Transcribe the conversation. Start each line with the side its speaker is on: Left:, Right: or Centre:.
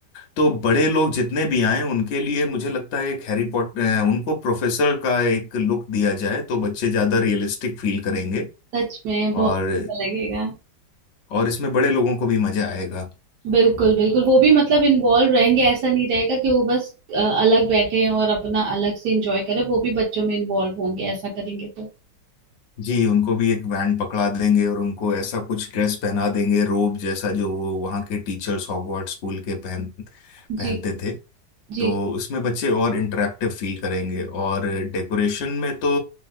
Left: तो बड़े लोग जितने भी आए उनके लिए मुझे लगता है एक हैरी पॉटर उनको प्रोफेसर का एक लुक दिया जाए तो बच्चे ज्यादा रियलिस्टिक फील करेंगे
Right: सच में बहुत
Left: और
Right: अच्छा लगेगा
Left: और इसमें बड़े लोगों को भी मजा आएगा
Right: बिल्कुल बिल्कुल वो भी मतलब इन्वॉल्व रहेंगे ऐसा नहीं रहेगा कि वो बस अ, अलग बैठे हैं और अपना अलग से इंजॉय करें वो भी बच्चों में इन्वॉल्व होंगे ऐसा करेंगे तो
Left: जी उनको भी एक बैंड पकड़ा देंगे और उनको ऐसा कुछ ड्रेस पहना देंगे रोब जैसा जो वो वहाँ के टीचर्स हॉगवर्ट्स स्कूल के पहन
Right: जी
Left: पहनते थे
Right: जी
Left: तो
Right: जी
Left: उसमें बच्चे और इंटरेक्टिव फील करेंगे और डेकोरेशन में तो